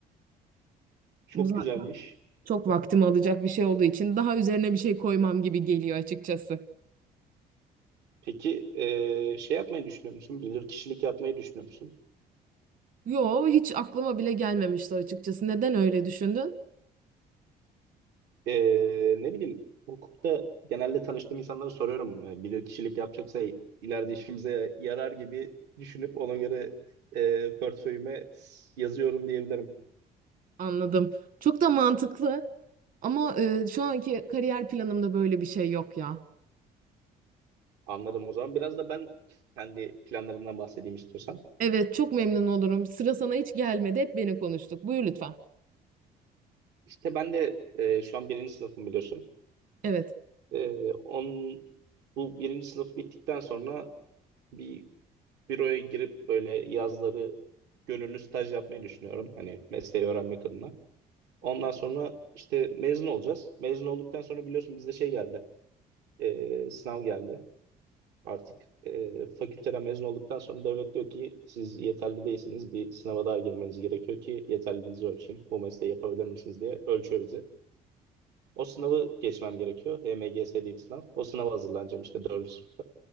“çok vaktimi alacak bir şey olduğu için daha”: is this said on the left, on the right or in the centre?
Right